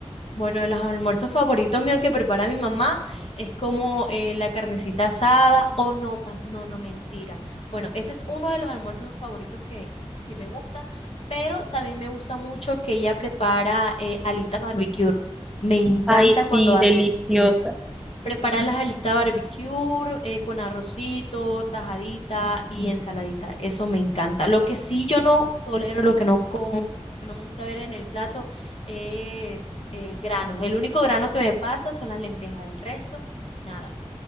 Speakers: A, on the left; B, in the centre.
A: Bueno, de los almuerzos favoritos míos que prepara mi mamá es como eh, la carnecita asada o no, tam- no, no, mentira. Bueno, ese es uno de los almuerzos favoritos que, que me gusta, pero también me gusta mucho que ella prepara eh, alitas barbecue. Me encanta
B: Ay, sí,
A: cuando hace,
B: deliciosa.
A: sí, Preparar las alitas barbecue eh, con arrocito, tajadita y ensaladita. Eso me encanta. Lo que sí yo no tolero, lo que no como, lo que no me gusta ver en el plato es eh, granos. El único grano que me pasa son las lentejas. El resto, nada,